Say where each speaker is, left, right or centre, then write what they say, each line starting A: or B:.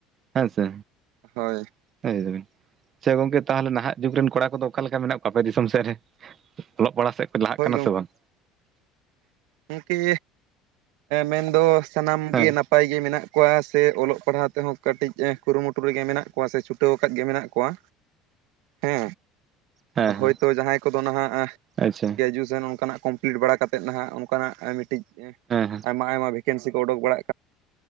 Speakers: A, on the right (about 35°); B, on the right (about 80°).
A: ᱦᱮᱸ ᱥᱮ,
B: ᱦᱳᱭ
A: ᱵᱩᱡ ᱫᱟᱵᱤᱱ ᱛᱚ ᱜᱚᱝᱠᱮ ᱛᱟᱦᱚᱞᱮ ᱱᱟᱦᱟᱸᱜ ᱡᱩᱜᱽ ᱨᱮᱱ ᱠᱚᱲᱟ ᱠᱚᱫᱚ ᱚᱠᱟ ᱞᱮᱠᱟ ᱢᱮᱱᱟᱜ ᱠᱟᱜ ᱠᱚᱣᱟ ᱟᱯᱮ ᱫᱤᱥᱚᱢ ᱥᱮᱫ ᱨᱮ, ᱚᱞᱚᱜ ᱯᱟᱲᱦᱟᱜ ᱥᱮᱫ ᱯᱮ ᱞᱟᱦᱟᱸᱜ
B: ᱦᱳᱭ
A: ᱠᱟᱱᱟ ᱥᱮ ᱵᱟᱝ?
B: ᱜᱚᱝᱠᱮ ᱢᱮᱱᱫᱚ ᱥᱟᱱᱟᱢ
A: ᱦᱮᱸ
B: ᱜᱮ ᱱᱟᱯᱟᱭ ᱜᱮ ᱢᱮᱱᱟᱜ ᱠᱚᱣᱟ ᱥᱮ ᱚᱞᱚᱜ ᱯᱟᱲᱦᱟᱣ ᱛᱮᱦᱚ ᱠᱟᱹᱴᱤᱡ ᱠᱩᱨᱩᱢᱩᱴᱩ ᱨᱮᱜᱮ ᱢᱮᱱᱟᱜ ᱠᱚᱣᱟ ᱥᱮ ᱪᱷᱩᱴᱟᱹᱣ ᱟᱠᱟᱱ ᱜᱮ ᱢᱮᱱᱟᱜ ᱠᱚᱣᱟ᱾ ᱦᱮ᱾
A: ᱦᱮᱸ
B: ᱦᱳᱭ
A: ᱦᱮᱸ
B: ᱛᱳ ᱡᱟᱦᱟᱸᱭ ᱠᱚᱫᱚ ᱱᱟᱦᱟᱸᱜ,
A: ᱟᱪᱪᱷᱟ ᱦᱮᱸ
B: ᱜᱨᱮᱡᱩᱭᱮᱥᱮᱱ ᱚᱱᱠᱟᱱᱟᱜ ᱠᱚᱢᱯᱞᱤᱴ ᱵᱟᱲᱟ ᱠᱟᱛᱮᱫ ᱱᱟᱦᱟᱸᱜ ᱠᱟᱱᱟᱜ ᱢᱤᱫᱴᱤᱡ
A: ᱦᱮᱸ
B: ᱟᱭᱢᱟ ᱟᱭᱢᱟ ᱵᱷᱮᱠᱮᱱᱥᱤ ᱠᱚ ᱚᱰᱩᱠ ᱵᱟᱲᱟᱜ ᱠᱟᱱᱟ᱾